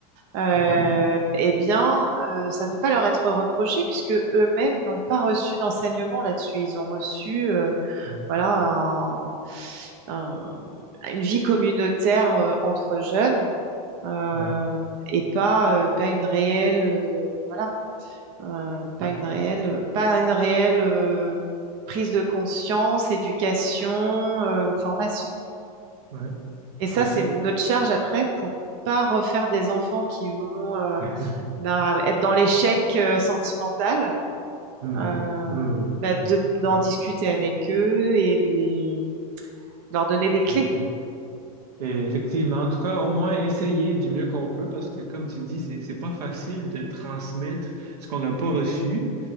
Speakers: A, on the right; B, on the right.
A: euh,
B: Mhm.
A: eh bien, euh, ça ne peut pas leur être reproché puisque eux-mêmes n'ont pas reçu d'enseignement là-dessus. Ils ont reçu, euh,
B: Ouais.
A: voilà, un- un- une vie communautaire euh, entre jeunes euh,
B: Ouais.
A: et pas, euh, pas une réelle, euh, voilà, euh, pas
B: Ouais.
A: une réelle, euh, pas une réelle euh, prise de conscience, éducation, euh, formation.
B: Ouais.
A: Et ça,
B: Tout à
A: c'est
B: fait.
A: notre charge après pour pas refaire des enfants qui vont euh,
B: <laughs>
A: ben, être dans l'échec euh, sentimental.
B: Hmm,
A: euh,
B: hmm.
A: ben, de, d'en
B: Ouais,
A: discuter avec eux et de les, leur donner des clés.
B: tout à fait. Et effectivement, en tout cas, au moins essayer du mieux qu'on peut parce que, comme tu dis, c'est, c'est pas facile de transmettre ce qu'on n'a pas reçu,